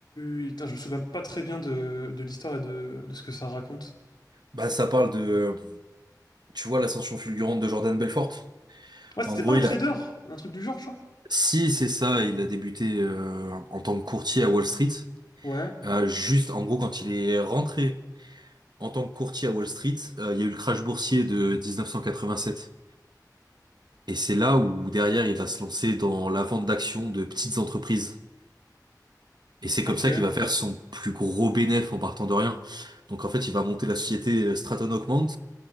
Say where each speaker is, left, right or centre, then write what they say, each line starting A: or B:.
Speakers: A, on the left; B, on the right.
A: oui, oui. Putain, je me souviens pas très bien de, de l'histoire et de, de ce que ça raconte.
B: Bah, ça parle de, euh, tu vois, l'ascension fulgurante de Jordan Belfort.
A: Ouais, c'était
B: En gros,
A: pas un
B: il
A: trader,
B: a,
A: un truc du genre, genre?
B: si c'est ça, il a débuté euh, en tant que courtier à Wall Street.
A: Ouais,
B: Euh, juste, en gros, quand il est rentré en tant que courtier à Wall Street, euh, il y a eu le crash boursier de 1987. Et c'est là où derrière, il va se lancer dans la vente d'actions de petites entreprises. Et c'est
A: ok,
B: comme ça qu'il va faire son plus gros bénéfice en partant de rien. Donc en fait, il va monter la société euh, Stratton Augment.